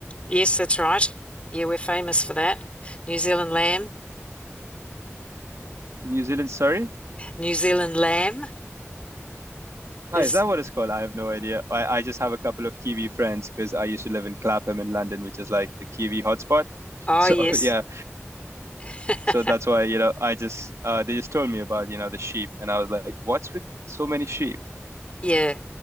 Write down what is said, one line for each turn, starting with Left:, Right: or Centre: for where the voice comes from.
Left: Yes, that's right. Yeah, we're famous for that. New Zealand lamb.
Right: New Zealand, Surrey.
Left: New Zealand lamb
Right: Oh,
Left: is
Right: is that what it's called? I have no idea. I, I just have a couple of Kiwi friends because I used to live in Clapham in London, which is like the Kiwi hotspot.
Left: oh
Right: So
Left: yes.
Right: <laughs> yeah,
Left: <laughs>
Right: so that's why, you know, I just uh they just told me about, you know, the sheep and I was like, what's with so many sheep?
Left: Yeah.